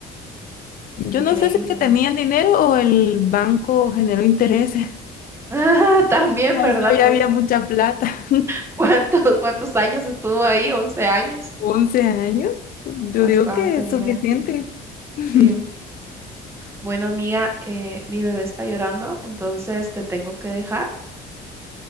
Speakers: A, on the left; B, on the right.
A: Yo
B: Increíble.
A: no sé si es que tenían dinero o el banco generó intereses.
B: <laughs> también,
A: <laughs> Así
B: ¿verdad?
A: ya
B: Pues,
A: había mucha plata. <laughs>
B: ¿cuántos, cuántos años estuvo ahí? 11 años.
A: 11 años, yo
B: Bastante
A: digo que es
B: dinero.
A: suficiente. <laughs>
B: Sí. Bueno, amiga, eh, mi bebé está llorando, entonces te tengo que dejar.